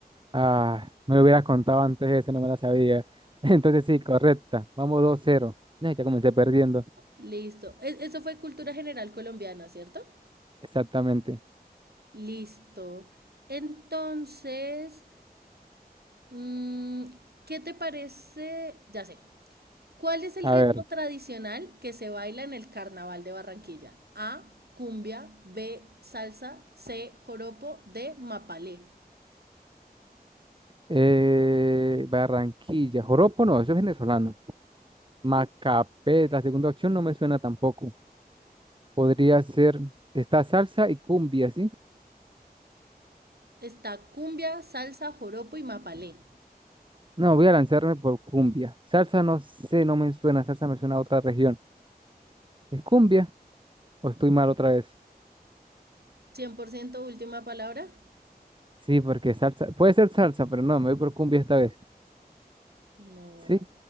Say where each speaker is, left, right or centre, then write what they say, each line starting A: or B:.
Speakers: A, on the right; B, on the right.
A: Ah, me lo hubieras contado antes eso, no me la sabía. <laughs> Entonces sí, correcta. Vamos 2-0. No, ya comencé perdiendo.
B: listo. E- eso fue cultura general colombiana, ¿cierto?
A: Exactamente.
B: Listo. Entonces, mm, ¿qué te parece? Ya sé. ¿Cuál es el
A: A
B: ritmo
A: ver.
B: tradicional que se baila en el Carnaval de Barranquilla? A, cumbia, B, salsa, C, joropo, D, mapalé.
A: Eh, Barranquilla, Joropo no, eso es venezolano. Macapé, la segunda opción no me suena tampoco. Podría ser esta salsa y cumbia, ¿sí?
B: Está cumbia, salsa, joropo y mapalé.
A: No, voy a lanzarme por cumbia. Salsa no sé, no me suena, salsa me suena a otra región. ¿Es cumbia o estoy mal otra vez?
B: ¿Cien por ciento última palabra.
A: Sí, porque salsa, puede ser salsa, pero no, me voy por cumbia esta vez.
B: No,
A: ¿Sí?